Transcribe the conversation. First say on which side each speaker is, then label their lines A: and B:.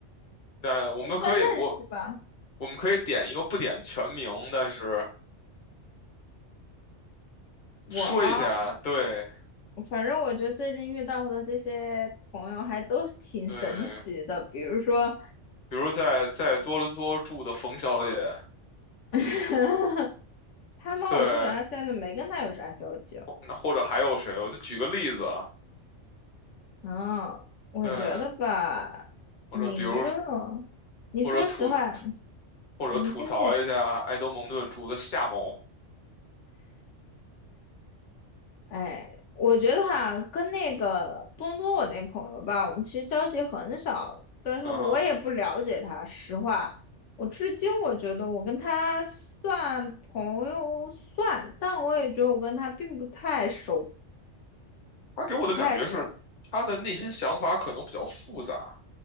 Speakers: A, on the left; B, on the left.
A: 那我们可以，
B: 也算认识吧，
A: 我我们可以点一个不点全名，但是
B: 我吧。
A: 说一下，对
B: 反正我觉得最近遇到的这些朋友还都挺神奇的，
A: 对，
B: 比如说
A: 比如在在多伦多住的冯小姐，
B: <laughs> 他们，
A: 对，
B: 我基本上现在没跟他有啥交集了。
A: 或那或者还有谁？我就举个例子啊，
B: 嗯，我觉得吧，
A: 对，或者比如
B: 没有。你说实话，
A: 或者吐或者吐槽一下埃德蒙顿住的夏某，
B: 你之前哎，我觉得哈，跟那个多伦多我那朋友吧，我们其实交集很少，但是我也不了解他。
A: 嗯哼，
B: 实话，我至今我觉得我跟他算朋友算，但我也觉得我跟他并不太熟，
A: 他给我的感觉是他的内心想法可能比较复杂，
B: 不太熟。